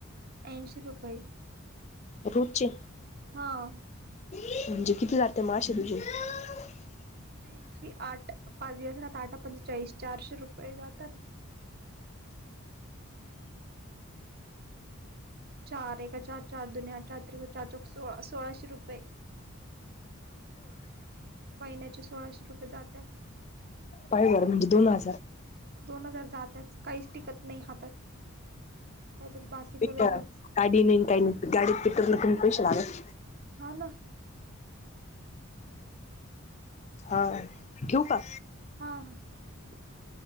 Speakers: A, on the right; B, on the left.
A: ऐंशी रुपये.
B: रोजचे.
A: हा
B: म्हणजे किती जते माश तुझे <unintelligible>
A: ऐंशी आठ. पाज ना तटा पंचेचाळीस चारशे रुपये जातात. <unintelligible> चार एका चार चार दुनिया चार त्री व चार चौक सोळा सोळाशे रुपये. महिन्याचे सोळाशे रुपये जाते..
B: पाहं बरं म्हणजे दोन हजार.
A: दोन हजार जातात काहीच टिकत नाही हातात. त्याच्यात बाकीचं वेगळंच
B: गाडी नाही काही नाही गाडीत पेट्रोलला पण पैसे लागतात..
A: हा ना.
B: हा ठेऊ का?.
A: हा हा.